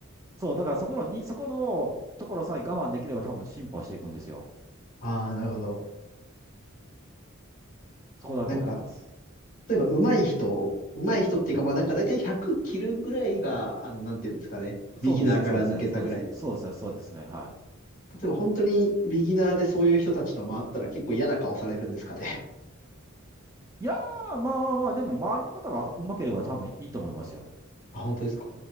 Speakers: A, on the right; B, on the left.
A: そう、だからそこのに、そこのところさえ我慢できれば多分進歩はしていくんですよ。
B: ああ、なるほど。
A: そこだと思います。
B: なんか、例えば上手い人、上手い人っていうか、
A: うん。
B: まあなんか大体100切るぐらいが、あの、なんていうんですかね。ビギナーから抜けたぐらいで。
A: そうですね、そうですね、そうです。
B: 例
A: そうですね、そうですね、はい。
B: えば本当にビギナーでそういう人たちと回ったら結構嫌な顔されるんですかね。
A: いやー、まあまあまあ、でも周りの方がうまければ多分いいと思いますよ。
B: あ、本当ですか